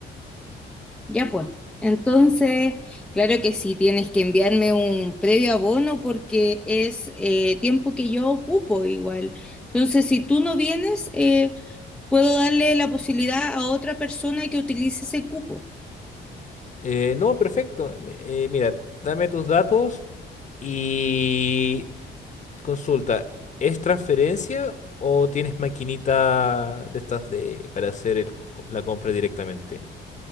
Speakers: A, in the centre; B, on the left.
A: Ya pues. Entonces, claro que sí, tienes que enviarme un previo abono porque es eh, tiempo que yo ocupo igual. Entonces, si tú no vienes, eh, puedo darle la posibilidad a otra persona que utilice ese cupo.
B: Eh, no, perfecto. Eh, mira, dame tus datos y consulta, ¿es transferencia o tienes maquinita de estas de para hacer el co- la compra directamente?